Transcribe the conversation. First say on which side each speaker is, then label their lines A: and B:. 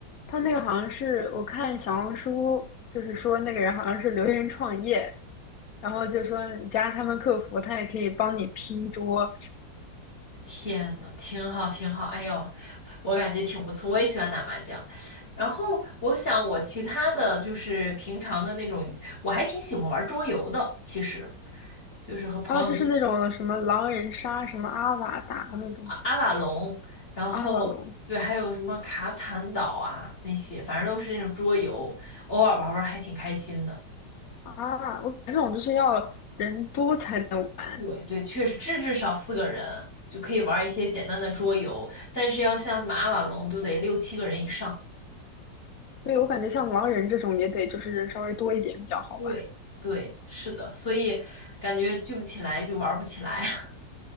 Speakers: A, on the left (about 60°); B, on the left (about 35°).
A: 他那个好像是我看小红书，就是说那个人好像是留言创业，然后就说你加他们客服，他也可以帮你拼桌
B: 天呐，挺好，挺好，哎呦，我感觉挺不错，我也喜欢打麻将。然后我想我其他的就是平常的那种，我还挺喜欢玩桌游的，其实就是和朋友。
A: 啊，就是那种什么狼人杀、什么阿瓦达那种
B: 阿瓦隆，然后对，
A: 阿瓦隆
B: 还有什么卡坦岛啊那些，反正都是那种桌游，偶尔玩玩还挺开心的。
A: 啊，我感觉这种就是要人多才能玩，
B: 对对，确实至至少四个人就可以玩一些简单的桌游，但是要像什么阿瓦隆都得六七个人以上。
A: 对，我感觉像狼人这种也得就是人稍微多一点比较好玩
B: 对，对，是的，所以感觉聚不起来就玩不起来。<laughs>